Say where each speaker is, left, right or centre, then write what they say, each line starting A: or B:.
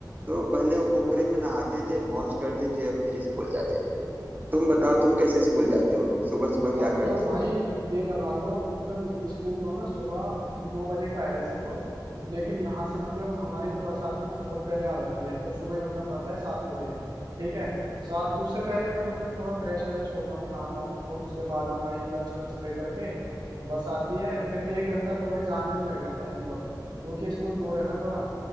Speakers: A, on the right; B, on the right.
A: तो पहले वो पोखरे में नहाते थे मौज करते थे और फिर स्कूल जाते थे तुम बताओ
B: हाँ
A: तुम कैसे स्कूल जाते हो सुबह सुबह
B: आप
A: क्या करते
B: तो भाई
A: हो
B: ये लगा लो मतलब स्कूल जो है ना सुबह नौ बजे का है वैसे तो लेकिन यहाँ से मतलब हमारी जो बस आती है ना बहुत पहले आ जाती है तो सुबह ही उठना पड़ता है सात बजे ठीक है सात उससे पहले मैं मतलब थोड़ा फ्रेश व्रेश होता हूँ नहाता हूँ और उसके बाद में भाई लंच वंच लेकर के बस आती है फिर एक घंटा तो भाई जाने में ही लग जाता है लगभग क्योंकि स्कूल दूर है ना थोड़ा